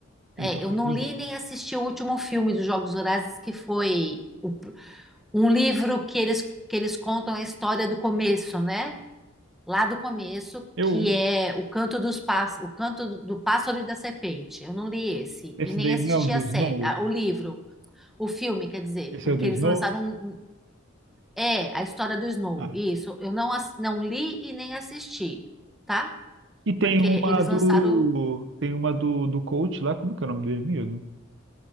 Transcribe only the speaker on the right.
Ele fala
muito
dos
dois.
Eu,
esse
daí
não é o do
Snow?
Esse
é o do
Snow?
Ah.
E tem
uma
do.
Tem uma do, do coach lá, como que é o nome dele mesmo?